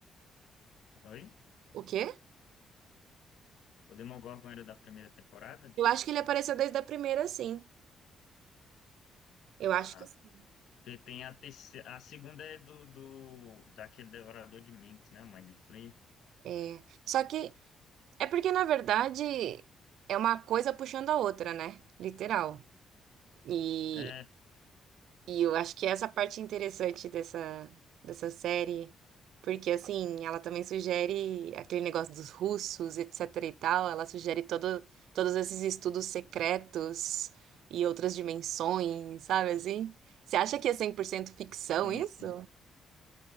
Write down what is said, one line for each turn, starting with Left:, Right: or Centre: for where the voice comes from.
Left: Oi?
Right: O quê?
Left: O Demogorgon era da primeira temporada?
Right: Eu acho que ele apareceu desde a primeira, sim. Eu acho
Left: Ah,
Right: que sim.
Left: porque tem a terceira, a segunda é do, do daquele Devorador de Mentes, né? O Mind Flayer.
Right: É. Só que. É porque, na verdade, é uma coisa puxando a outra, né? Literal. E,
Left: É,
Right: e eu acho que essa parte interessante dessa, dessa série, porque, assim, ela também sugere aquele negócio dos russos, etc e tal, ela sugere todo, todos esses estudos secretos e outras dimensões, sabe assim? Você acha que é 100% ficção
Left: sim,
Right: isso?
Left: sim.